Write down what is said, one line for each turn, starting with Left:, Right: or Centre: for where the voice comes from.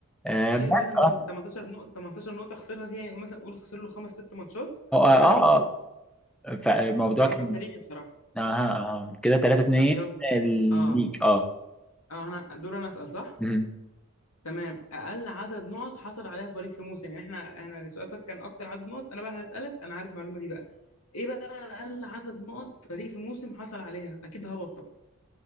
Centre: آه،
Left: ايوه
Centre: بس
Left: 100
Centre: آه.
Left: 18 نقطه 18 نقطه خسرها دي يعني مثلا قول خسر له خمس ست ماتشات
Centre: اه
Left: وتعادل
Centre: آه،
Left: في سته
Centre: آه. فالموضوع
Left: ده رقم
Centre: كان
Left: تاريخي بصراحه
Centre: اها اها كده 3 2
Left: طب يلا اه
Centre: ليك اه
Left: اه انا دور انا اسال صح
Centre: مهم.
Left: تمام اقل عدد نقط حصل عليها فريق في موسم يعني احنا احنا السؤال فات كان اكتر عدد نقط انا بقى هسالك انا عارف المعلومه دي بقى ايه بقى اقل عدد نقط فريق في موسم حصل عليها اكيد هبط طبعا